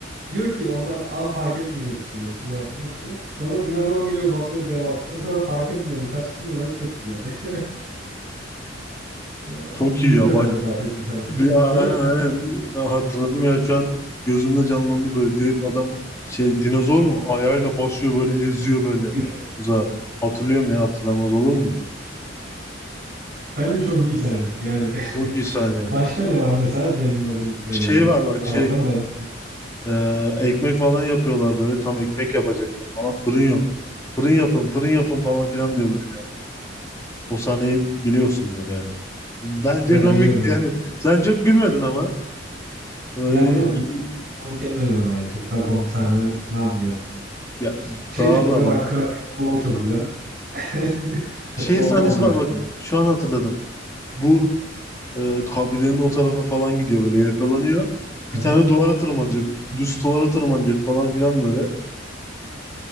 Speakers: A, on the right (about 55°); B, on the left (about 15°).
A: Diyor ki orada av fark etmeyecek işte diyor tuzağa falan diyor. Sonra dinozor geliyor basıyor devasına. Sonra fark etmedi. Kaçtın olayı çok iyi yani. <laughs> Ya,
B: Çok
A: Bildin
B: iyi ya.
A: herhalde
B: bak.
A: bahsettiğim sahneyi.
B: Ya aynen
A: Değil mi?
B: aynen Ya hatırladım ya şu an gözümde canlandı böyle direkt adam şey dinozor mu ayağıyla basıyor böyle eziyor böyle
A: <laughs>
B: uzağa. Hatırlıyorum ya hatırlamaz olur muyum?
A: Bence çok iyi sahne. Yani
B: Çok iyi
A: <laughs>
B: sahne.
A: başka ne var mesela Cem Yılmaz'ın
B: Şey
A: e,
B: var bak
A: Karok'tan
B: şey
A: ben
B: e, ekmek falan yapıyorlar böyle tam ekmek yapacaklar falan fırın yok. Fırın yapın fırın yapın falan filan diyor böyle. O sahneyi biliyorsundur yani. Bence
A: yani
B: komikti
A: biliyorum evet.
B: yani. <laughs> Sen çok gülmedin ama.
A: <laughs>
B: Böyle
A: Yani evet
B: hiç,
A: bu komik gelmedi bana yani. Çok daha komik sahne vardı diye hatırlıyorum.
B: ya,
A: Şey
B: daha
A: çok
B: da
A: güzel.
B: var.
A: Akır Akır olay çok güzel. <laughs>
B: Şey
A: O
B: sahnesi
A: bambaşka.
B: var bak şu an hatırladım. Bu e, kabilenin o tarafa falan gidiyor böyle yakalanıyor. Bir
A: Aha.
B: tane duvara tırmanacak. Düz duvara tırmanacak falan filan böyle.